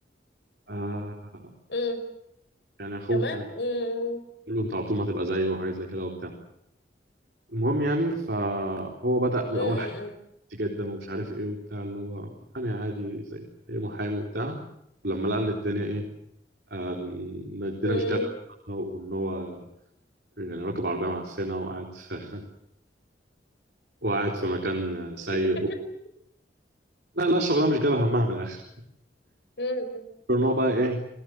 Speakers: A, on the right (about 65°); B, on the left (about 75°).
A: آه
B: امم
A: يعني أخوه
B: كمان
A: يعني
B: امم
A: بيقول له أنت على طول ما تبقى زيه وحاجات زي كده وبتاع المهم يعني فهو بدأ الأول
B: امم
A: حاجات
B: امم
A: جدا ومش عارف ايه وبتاع اللي هو محامي عادي زي أي محامي وبتاع لما لقى إن الدنيا ايه آه إن الدنيا
B: امم
A: مش جايبة وإن هو يعني راكب عربية معفنة وقاعد في وقاعد في مكان سيء
B: <laughs>
A: و... لا لا شغلانة مش جايبة همها من الآخر
B: امم
A: غير إن هو بقى إيه